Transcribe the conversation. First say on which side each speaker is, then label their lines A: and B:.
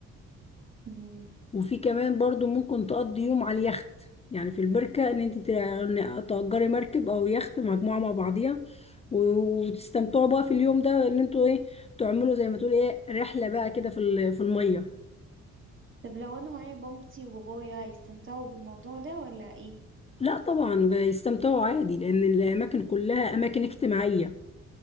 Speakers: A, on the right; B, on the left.
A: مم.
B: وفي كمان برضو ممكن تقضي يوم على اليخت يعني في البركة ان انت تع- تأجري مركب او يخت مجموعة مع بعضيها و- وتستمتعوا بقى في اليوم ده ان انتوا ايه تعملوا زي ما تقول ايه رحلة بقى كده في ال- في المية
A: طب لو انا معايا بمتي وبابايا هيستمتعوا بالموضوع ده ولا ايه
B: لا طبعا يستمتعوا عادي لان الاماكن كلها اماكن اجتماعية